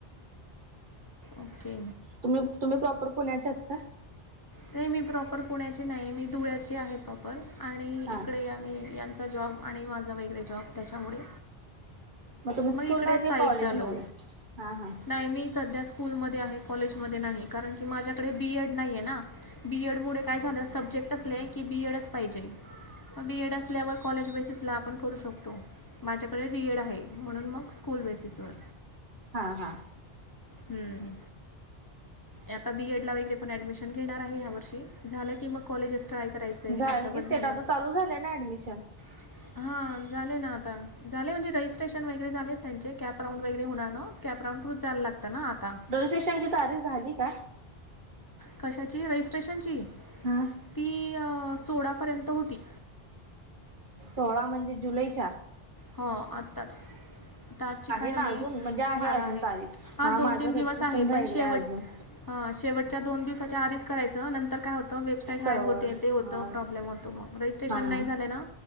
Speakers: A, on the left; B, on the right.
A: ओके.
B: तुम्ही, तुम्ही प्रॉपर पुण्याच्याच कां.
A: नाही मी प्रॉपर पुण्याची नाही मी, धुळ्याची आहे प्रॉपर आणि
B: हा
A: इकडे. मी यांचा जॉब आणि, माझा वगैरे जॉब त्याच्यामुळे.
B: मग तुम्ही स्कूलला
A: म इकडे स्थायिक
B: की कॉलेजमध्ये
A: झालो
B: हा हा
A: नाही मी सध्या स् स्कूलमध्ये आहे कॉलेजमध्ये नाही कारण की माझ्याकडे बी एड नाही आहे ना बी एड मुळे काय झालं सब चेक्टसले की बी एड चं पाहिजे. म बी एड असल्यावर कॉलेज बेसिसला आपण करू शकतो माझ्याकडे बी एड आहे. म्हणून मंग स्कूल बेसीस वर.
B: हा हा.
A: हम्म. आता बी एड ला वगैरे पण ऍडमिशन घेणार आहे या वर्षी झालं की मग कॉलेजस ट्राय करायचं आहे
B: झालं
A: आता
B: की
A: बस
B: सेट
A: झालं
B: आता चालू झालेय ना ऍडमिशन.
A: <inaudible> हां झाले ना आता झाले म्हणजे रजिस्ट्रेशन वगैरे, झालेत त्यांचे कॅप राऊंड वगैरे होणार ना. कॅप राऊंड थ्रू जाय लागतंय. ना आता.
B: रजिस्ट्रेशन ची तारीख झाली का?
A: कशाची रजिस्ट्रेशनची.
B: हम्म.
A: ती सोळापर्यंत होती.
B: सोळा म्हणजे जुलैच्या?
A: ह आत्ताच. आता आजची काय
B: ना
A: आहे
B: अजून म्हणजे
A: बारा
B: अजून
A: आहे
B: तारीख
A: हा दोन
B: माझं
A: तीन दिवस
B: रजिस्ट्रेशन
A: आहे
B: राहिलय
A: पण शेवट
B: अजून
A: हा शेवटच्या दोन दिवसाच्या आधीच करायचं, नंतर काय होतं. वेबसाईट
B: सरवळ
A: हँग होते ते होत
B: हा
A: प्रॉब्लेम होतो, मग रजिस्ट्रेशन
B: हा
A: नाही झालं ना